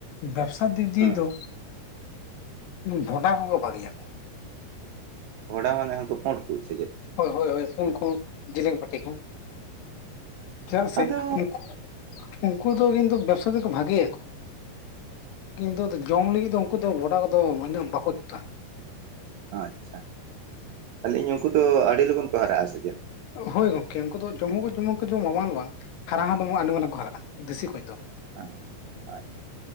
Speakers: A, on the left; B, on the right.
A: ᱵᱮᱵᱥᱟ ᱫᱤᱠ ᱫᱤᱭᱮ
B: ᱦᱩᱸ
A: ᱫᱚ, ᱵᱷᱚᱸᱰᱟ ᱠᱚ ᱜᱮ ᱵᱷᱟᱜᱤᱭᱟᱠᱚ᱾
B: ᱵᱷᱚᱰᱟ ᱢᱟᱱᱮ ᱦᱟᱸᱱᱠᱩ ᱯᱩᱸᱰ ᱠᱚ ᱥᱮ ᱪᱮᱫ?
A: ᱦᱳᱭ ᱦᱳᱭ ᱦᱳᱭ ᱩᱱᱠᱩ ᱡᱤᱞᱮᱧ ᱯᱟᱴᱤ ᱠᱚ᱾ ᱪᱮᱫᱟᱜ ᱥᱮ
B: ᱟᱫᱚ
A: ᱩᱱᱠᱩ ᱩᱱᱠᱩ ᱫᱚ ᱠᱤᱱᱛᱩ ᱵᱮᱵᱽᱥᱟ ᱫᱚ ᱠᱚ ᱵᱷᱟᱜᱮᱭᱟ ᱠᱚ᱾ ᱠᱤᱱᱛᱩ ᱟᱫᱚ ᱡᱚᱢ ᱞᱟᱹᱜᱤᱫ ᱫᱚ ᱩᱱᱠᱩ ᱫᱚ ᱵᱷᱚᱰᱟ ᱠᱚ ᱫᱚ ᱩᱱᱟᱹᱜ ᱵᱟᱠᱚ ᱡᱩᱛᱟ᱾
B: ᱟᱪᱪᱷᱟ ᱞᱟᱹᱭ ᱟᱹᱧ ᱩᱱᱠᱩ ᱫᱚ ᱟᱰᱤ ᱞᱚᱜᱚᱱ ᱠᱚ ᱦᱟᱨᱟᱜᱼᱟ ᱥᱮ ᱪᱮᱫ?
A: ᱦᱳᱭ ᱜᱚᱝᱠᱮ ᱩᱱᱠᱩ ᱫᱚ ᱡᱚᱢ ᱦᱚ ᱠᱚ ᱡᱚᱢ ᱟ ᱵᱟᱝ ᱫᱚ ᱵᱟᱝ ᱦᱟᱨᱟ ᱦᱚ ᱫᱚ ᱟᱰᱤ ᱢᱟᱨᱟᱝ ᱠᱚ ᱦᱟᱨᱟᱜᱼᱟ ᱫᱮᱥᱤ ᱠᱷᱚᱡ ᱫᱚ᱾
B: ᱦᱮᱸ ᱟᱪᱪᱷᱟ᱾